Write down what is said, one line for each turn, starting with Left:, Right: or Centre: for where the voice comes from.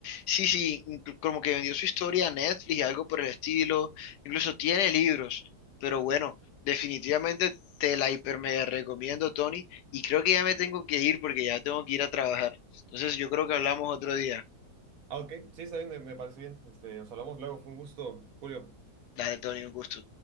Left: Sí, sí, inclu- como que vendió su historia a Netflix y algo por el estilo. Incluso tiene libros. Pero bueno, definitivamente te la hiper mega recomiendo, Tony. Y creo que ya me tengo que ir porque ya tengo que ir a trabajar. Entonces yo creo que hablamos otro día.
Right: Ah, ok, sí, está bien, me me parece bien. Este, nos hablamos luego, fue un gusto, Julio.
Left: Dale, Tony, un gusto.